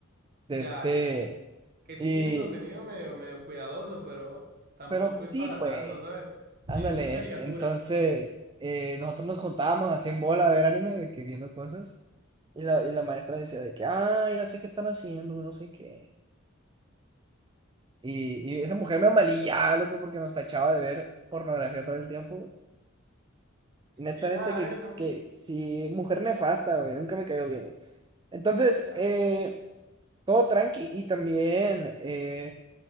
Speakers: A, on the right (about 20°); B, on the right (about 45°).
A: De
B: Ya,
A: este.
B: ya. Que sí
A: Y.
B: tiene contenido medio, medio cuidadoso, pero tampoco
A: Pero
B: es
A: sí,
B: para
A: pues,
B: tanto, ¿sabes?
A: ándale.
B: Sigue siendo caricaturas.
A: Entonces, eh, nosotros nos juntábamos así en bola a ver anime, de que viendo cosas. Y la, y la maestra decía de que, ah, ya sé qué están haciendo, no sé qué. Y, y esa mujer me amalillaba, loco, porque nos tachaba de ver pornografía todo el tiempo. Neta,
B: Y nada
A: neta, que,
B: de eso, ¿no?
A: que sí, mujer nefasta, güey, nunca me cayó bien. güey. Entonces,
B: Ya.
A: eh, todo tranqui. Y también, eh,